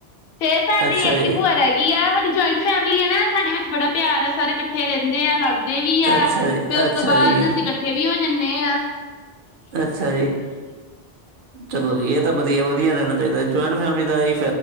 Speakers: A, on the left; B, on the right.
A: ਫੇਰ ਸਾਡੀ
B: ਅੱਛਾ
A: ਏਕ
B: ਜੀ,
A: ਹੀ ਭੂਆ ਰੈ ਗੀ ਆ। ਹਾਡੀ ਜੌਇੰਟ ਫੈਮਲੀ ਏ ਨਾ ਸਾਡੇ ਵਿੱਚ ਬੜਾ ਪਿਆਰ ਐ, ਸਾਰੇ ਕੱਠੇ ਰੈੰਦੇ ਆ ਲੜ ਦੇ ਵੀ ਆ
B: ਅੱਛਾ
A: ਫੇਰ
B: ਜੀ,
A: ਔਸ
B: ਅੱਛਾ
A: ਤੋਂ ਬਾਦ
B: ਜੀ।
A: ਅਸੀਂ ਕੱਠੇ ਵੀ ਹੋ ਜਾਂਣੇ ਆਂ।
B: ਅੱਛਾ ਜੀ, ਚਲੋ ਜੀ ਏ ਤਾਂ ਵਧੀਆ। ਵਧੀਆ ਰੈਣਾ ਚਾਹੀਦੈ, ਜੋਇੰਟ ਫੈਮਿਲੀ ਦਾ ਐਹੀ